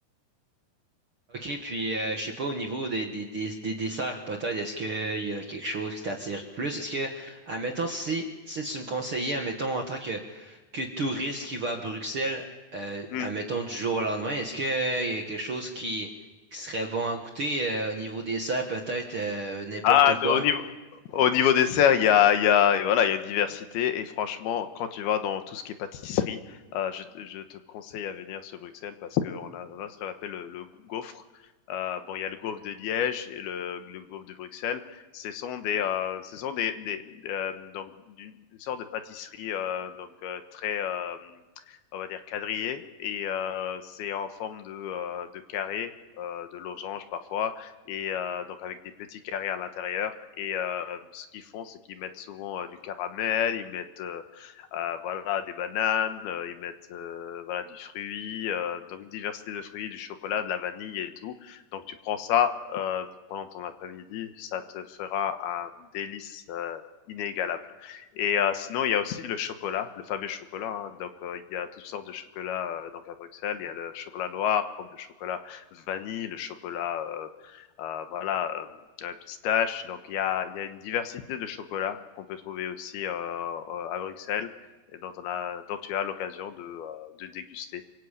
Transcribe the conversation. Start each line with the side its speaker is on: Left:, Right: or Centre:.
Right: Ok, puis euh, je sais pas, au niveau des, des, des, des desserts, peut-être, est-ce qu'il y a quelque chose qui t'attire plus? Est-ce que, admettons, si, si tu me conseillais, admettons, en tant que, que touriste qui va à Bruxelles, euh,
Left: Mmh.
Right: admettons, du jour au lendemain, est-ce qu'il y a quelque chose qui, qui serait bon à goûter euh, au niveau dessert, peut-être euh, n'importe
Left: Ah, de-
Right: quoi?
Left: au niveau, au niveau dessert, il y a, il y a, et voilà, il y a une diversité. Et franchement, quand tu vas dans tout ce qui est pâtisserie, euh, je, te- je te conseille à venir sur Bruxelles parce qu'on a, on a ce qu'on appelle le, le gaufre. Euh, bon, il y a le gaufre de Liège et le, le gaufre de Bruxelles. Ce sont des, euh, ce sont des, des euh, donc d'une une sorte de pâtisserie euh, donc euh, très, euh, on va dire quadrillée et euh, c'est en forme de, euh, de carré, euh, de losange parfois et euh, donc avec des petits carrés à l'intérieur. Et euh, ce qu'ils font, c'est qu'ils mettent souvent euh, du caramel, ils mettent euh, euh, voilà des bananes, euh, ils mettent euh, voilà du fruit, euh, donc une diversité de fruits, du chocolat, de la vanille et tout. Donc tu prends ça euh, pendant ton après-midi, ça te fera un délice euh, inégalable. Et euh, sinon, il y a aussi le chocolat, le fameux chocolat. hein. Donc, euh, il y a toutes sortes de chocolats euh, donc à Bruxelles. Il y a le chocolat noir, comme le chocolat vanille, le chocolat euh, heu, voilà, hem, pistache. Donc il y a il y a une diversité de chocolats qu'on peut trouver aussi, heu heu, à Bruxelles et dont on a dont tu as l'occasion de, heu, de déguster.